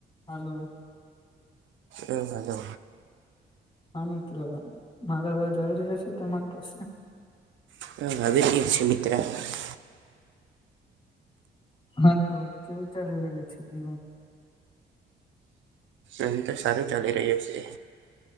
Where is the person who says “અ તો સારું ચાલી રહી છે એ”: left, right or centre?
Right